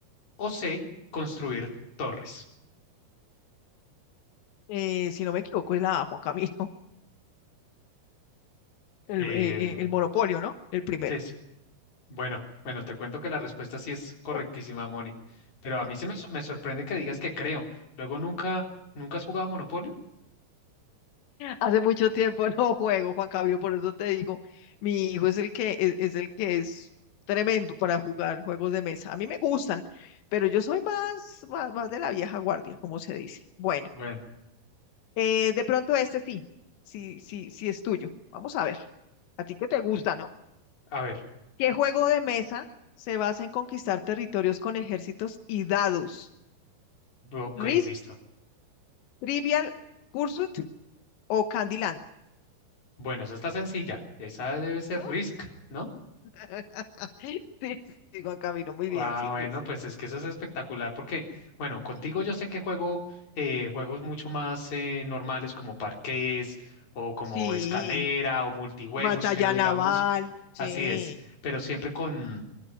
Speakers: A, on the left; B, on the left.
A: O C, construir torres.
B: Eh, si no me equivoco, es la A, Juan Camilo, <laughs> el,
A: Eh,
B: eh, eh, el monopolio, ¿no? El primero.
A: sí, sí. Bueno, bueno, te cuento que la respuesta sí es correctísima,
B: <laughs>
A: Moni. Pero a mí se me, so- me sorprende que digas que creo. Luego nunca, nunca has jugado Monopolio.
B: Hace mucho tiempo <laughs> no juego, Juan Camilo, por eso te digo, mi hijo es el que es, es el que es tremendo para jugar juegos de mesa. A mí me gustan, pero yo soy más, más, más de la vieja guardia, como se dice. Bueno,
A: Bueno,
B: eh, de pronto este sí, sí, sí, sí es tuyo. Vamos a ver. A ti que te gusta, ¿no?
A: a ver.
B: ¿Qué juego de mesa se basa en conquistar territorios con ejércitos y dados?
A: Ok,
B: ¿Risk,
A: listo.
B: Trivial Pursuit o Candyland?
A: Bueno, esa está sencilla. Esa debe ser
B: Mm,
A: Risk, ¿no?
B: <laughs> Sí, sí, Juan Camilo, muy
A: Ah,
B: bien, sí,
A: bueno,
B: Riz.
A: pues es que eso es espectacular porque, bueno, contigo yo sé que juego eh, juegos mucho más eh, normales como parqués o como
B: Sí,
A: escalera o multijuegos,
B: batalla
A: pero digamos,
B: naval, sí.
A: así es, pero siempre con,